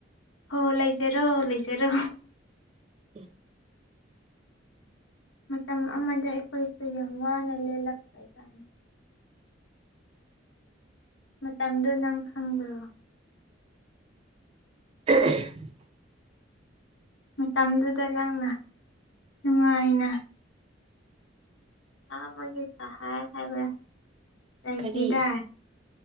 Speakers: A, on the left; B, on the right.
A: ꯍꯣ ꯂꯩꯖꯔꯣ ꯂꯩꯖꯔꯣ
B: ꯎꯝ
A: ꯃꯇꯝ ꯑꯃꯗ ꯑꯩꯈꯣꯏꯁꯨ ꯌꯥꯝ ꯋꯥꯅ ꯂꯦꯜꯂꯛꯄ ꯌꯥꯏ ꯃꯇꯝꯗꯨ ꯅꯪ ꯈꯪꯕ꯭ꯔꯣ
B: <inaudible>
A: ꯃꯇꯝꯗꯨꯗ ꯅꯪꯅ ꯅꯨꯡꯉꯥꯏꯅ ꯑ ꯃꯣꯏꯒꯤ ꯆꯍꯥꯏ ꯈꯥꯏꯕ ꯆꯁꯤꯗ
B: ꯀꯔꯤ